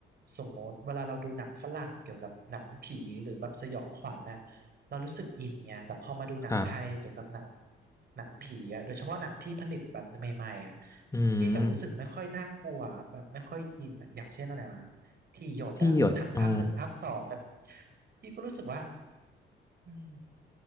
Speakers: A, on the right; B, on the left.
A: สมมติเวลาเราดูหนังฝรั่งเกี่ยวกับหนังผีหรือแบบสยองขวัญน่ะเรารู้สึกอินไงแต่พอมาดูหนังไทยเกี่ยวกับหนัง
B: ครับ
A: หนังผีอะโดยเฉพาะหนังที่ผลิตแบบใหม่ๆอะ
B: อืม
A: พี่กลับรู้สึกไม่ค่อยน่ากลัวแบบไม่ค่อยอินอะอย่างเช่นอะไรมาที่หยดอะทั้งภาคหนึ่งภาคสองเลย
B: ที่หยดอ๋อ
A: พี่ก็รู้สึกว่าอืม